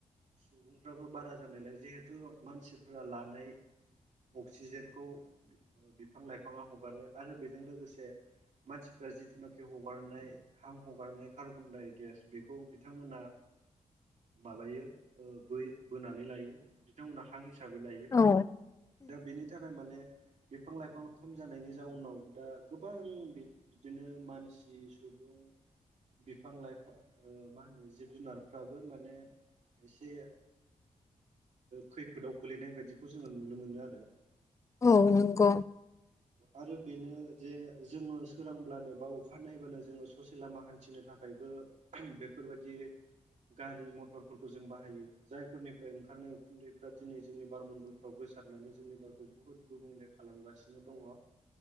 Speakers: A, on the right; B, on the left.
A: सुबुंफ्राबो बारा जानायलाय जिहेथु मानसिफोरा लानाय अक्सिजेनखौ बिफां -लाइफाङा हगारो आरो बेजों लोगोसे मानसिफ्रा जिथुनाखि हगारनाय हां हगारनाय कार्बनडाइगेस बेखौ बिथांमोना माबायो ओ बो बोनानै लायो बिथांमोनहा हां हिसाबै लायो
B: औ
A: दा बेनि थाखाय माने बिफां -लाइफाङा खम जानायनि जाउनाव दा गोबां बिदिनो मानसि सुबुं बिफां- लाइफां मा होनो जिब -जुनार फ्राबो माने एसे- खैफोदाव गोलैनाय बायदिखौ जोङो नुनो मोनो आरो।
B: औ नंगौ।
A: आरो बेनो जे जोङो सोरांब्लानो बा अखा नायब्लानो जोङो ससे लामा हान्थिनो थाखायबो बेफोर बायदि गारि मथरफोरखौ जों बाहायो जायफोरनिफ्राय ओंखारनाय उखुन्दैफ्रा दिनै जोंनि बारमण्डलफ्राव गोसार -नानै जोंनि बारखौ बुहुत गुबुंले खालामगासिनो दङ।